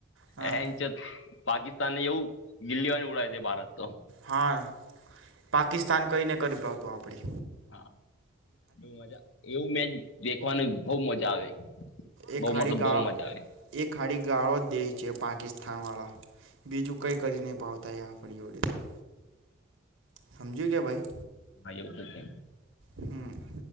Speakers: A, on the right; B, on the left.
A: હા
B: એચ પાકિસ્તાન ને એવું ગિલ્લીવાને ઉડાાય તે ભારત તો. -
A: હા પાકિસ્તાન કંઈને કરી. પાવતું આપડી
B: હા, એ મજા, એવું મેચ દેખવાનું બહુ મજા આવે.
A: એ
B: બહુ
A: ખાડી
B: મતલબ
A: ગાળ,
B: બહુ મજા આવે
A: એ ખાડી ગાળો. દેહ છે પાકિસ્તાન વાળા, બીજું કઈ કરી નહીં પાવતા એ આપણી જોડેથી. સમજ્યું કે ભાઈ.
B: હા, એવું તો છે.
A: હમ.